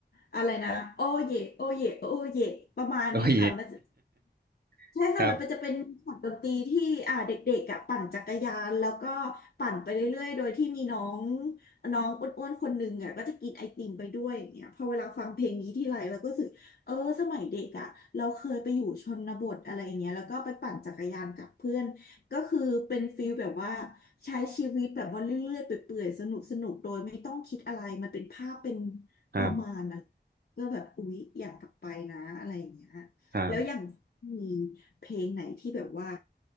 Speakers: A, on the left (about 60°); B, on the right (about 55°).
A: อะไรนะโอเยโอเยโอเยประมาณเนี้ยค่ะมันจะ
B: โอเค <laughs>
A: ใช่ค่ะมันจะเป็นช็อตดนตรีที่อ่าเด็กๆอ่ะปั่นจักรยานแล้วก็
B: ครับ
A: ปั่นไปเรื่อยๆโดยที่มีน้องน้องอ้วนๆคนหนึ่งอ่ะก็จะกินไอติมไปด้วยอย่างเงี้ยพอเวลาฟังเพลงนี้ทีไรเราก็รู้สึกเออสมัยเด็กอ่ะเราเคยไปอยู่ชนบทอะไรอย่างเงี้ยแล้วก็ไปปั่นจักรยานกับเพื่อนก็คือเป็นฟิลแบบว่าใช้ชีวิตแบบว่าเรื่อยๆไปเปื่อยๆสนุกสนุกโดยไม่ต้องคิดอะไรมันเป็นภาพเป็น
B: ครับ
A: ประมาณนะก็แบบอุ๊ยอยากกลับไปนะอะไรอย่างเงี้ย
B: ครับ
A: แล้วอย่างมีเพลงไหนที่แบบว่า